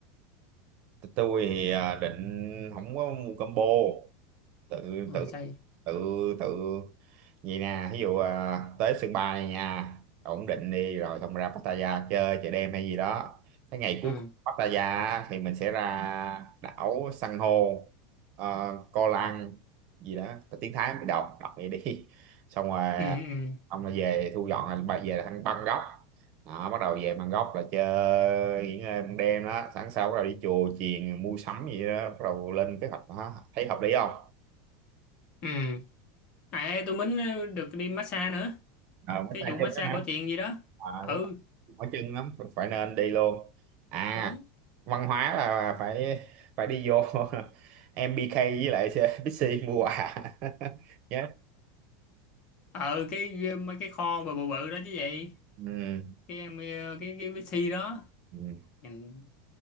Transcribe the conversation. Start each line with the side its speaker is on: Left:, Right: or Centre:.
Right: tôi thì ờ, định không có mua combo tự
Left: rồi
Right: tự
Left: sao vậy?
Right: tự tự vậy nè ví dụ à, tới sân bay này nha ổn định đi rồi xong ra Pattaya chơi chợ đêm hay gì đó cái ngày cuối
Left: ừ
Right: cùng Pattaya á, thì mình sẽ ra đảo san hô ờ, Koh Lang gì đó tiếng Thái mới đọc đọc vậy đi <laughs> xong rồi
Left: ừ ừ
Right: ông là về thu dọn là bà về là thằng Bangkok đó, bắt đầu về Bangkok là chơi nghỉ ngơi ban đêm đó sáng sau bắt đầu đi chùa chiền mua sắm gì đó bắt đầu lên kế hoạch đó. thấy hợp lý không
Left: ừ À, tôi mới được đi massage nữa.
Right: ờ mới
Left: Cái
Right: tay
Left: vụ massage
Right: chân đó hả
Left: cổ truyền gì đó.
Right: ờ
Left: Ừ,
Right: đúng rồi mỏi chân lắm phải nên đi luôn à
Left: đúng.
Right: văn hóa là phải phải đi vô <laughs> Em MBK với lại <laughs> Bixi mua quà <laughs> nhớ
Left: Ờ, cái mấy cái kho bự bự bự đó chứ gì.
Right: ừ.
Left: Cái em cái cái cái si đó.
Right: ừ.
Left: Nhìn,